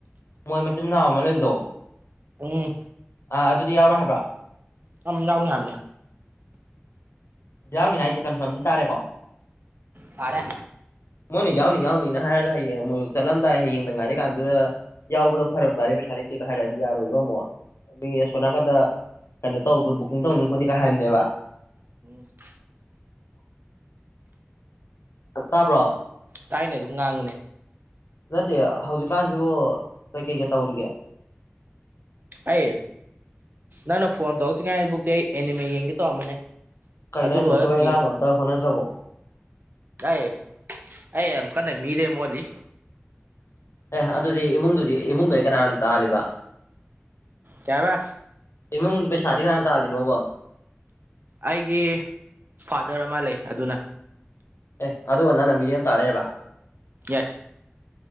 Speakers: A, on the left; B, on the right.
A: ꯃꯣꯏ ꯃꯆꯤꯟ ꯃꯅꯥꯎ ꯑꯃ ꯂꯩꯕꯗꯣ
B: ꯎꯝ
A: ꯑꯥ ꯑꯗꯨꯗꯤ ꯌꯥꯎꯔꯣꯏ ꯍꯥꯏꯕꯔꯥ
B: ꯑꯝ ꯌꯥꯎꯅꯤ ꯍꯥꯏꯕꯅꯦ
A: ꯌꯥꯎꯅꯤ ꯍꯥꯏꯁꯦ ꯀꯟꯐꯔꯝꯗꯤ ꯇꯥꯔꯦꯀꯣ
B: ꯇꯥꯔꯦ
A: ꯃꯣꯏꯅ ꯌꯥꯎꯅꯤ ꯌꯥꯎꯅꯤꯅ ꯍꯥꯏꯔꯒ ꯍꯌꯦꯡ ꯑꯃꯨꯛ ꯆꯠꯂꯝꯗꯥꯏ ꯍꯌꯦꯡꯗ ꯉꯥꯏꯔꯦꯀꯥꯟꯗꯨꯗ ꯌꯥꯎꯕꯗꯣ ꯐꯔꯛ ꯇꯥꯔꯦ ꯄꯩꯁꯥ ꯂꯩꯇꯦꯀ ꯍꯥꯏꯔꯛꯑꯗꯤ ꯌꯥꯔꯣꯏꯕ ꯑꯃꯨꯛ ꯃꯤ ꯑꯁꯣꯟꯅꯀꯟꯗ ꯀꯩꯅꯣ ꯇꯧꯕ ꯕꯨꯛꯀꯤꯡ ꯇꯧꯅꯤ ꯈꯣꯠꯅꯤꯒ ꯍꯥꯏꯕꯅꯦꯕ
B: <inaudible>
A: ꯑꯥ ꯇꯥꯕ꯭ꯔꯣ
B: ꯇꯥꯏꯅꯦ ꯑꯗꯨꯝ ꯉꯥꯡꯉꯨꯅꯦ
A: ꯅꯠꯇꯦ ꯍꯧꯖꯤꯛꯀꯥꯟꯁꯤꯕꯨ ꯀꯩ ꯀꯩꯒ ꯇꯧꯔꯤꯒꯦ
B: ꯑꯩ ꯅꯪꯅ ꯐꯣꯟ ꯇꯧꯔꯛꯇ꯭ꯔꯤ ꯉꯥꯏꯕꯨꯛꯇꯤ ꯑꯩ ꯑꯦꯅꯤꯃꯦ ꯌꯦꯡꯒꯦ ꯇꯧꯔꯝꯕꯅꯦ
A: ꯀꯩꯅꯣ
B: ꯑꯗꯨ
A: ꯍꯏꯁꯤꯕꯣ
B: ꯂꯣꯏꯔꯒ
A: ꯊꯕꯛ
B: ꯒꯦꯝ
A: ꯏꯪꯈꯥꯡꯒ ꯑꯝꯇ ꯍꯣꯠꯅꯗ꯭ꯔꯕꯣ
B: ꯑꯩ ꯑꯩ ꯌꯥꯝ ꯀꯟꯅ ꯃꯤꯔꯦꯝ ꯑꯣꯜꯂꯤ
A: ꯑꯦ ꯑꯗꯨꯗꯤ ꯏꯃꯨꯡꯗꯨꯗꯤ ꯏꯃꯨꯡꯗꯩ ꯀꯅꯥꯅ ꯇꯥꯜꯂꯤꯕ
B: ꯀꯩ ꯍꯥꯏꯕ
A: ꯏꯃꯨꯡ ꯄꯩꯁꯥꯗꯤ ꯀꯅꯥꯅ ꯇꯥꯜꯂꯤꯅꯣꯕ
B: ꯑꯩꯒꯤ ꯐꯥꯗꯔ ꯑꯃ ꯂꯩ ꯑꯗꯨꯅ
A: ꯑꯦ ꯑꯗꯨꯒ ꯅꯪꯅ ꯃꯤꯔꯦꯝ ꯇꯥ ꯂꯩꯔꯕ
B: ꯌꯦꯁ